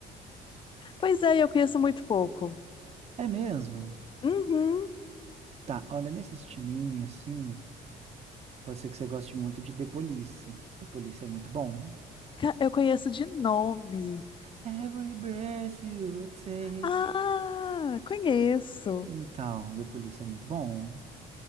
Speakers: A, on the left (about 30°); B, on the right (about 40°).
A: Pois é, eu conheço muito pouco.
B: É mesmo?
A: Uhum.
B: Tá, olha, nesse estilinho, assim, pode ser que você goste muito de The Police. The Police é muito bom.
A: Ca- Eu conheço de nome.
B: Every breath you take.
A: Ah, conheço.
B: Então, The Police é muito bom.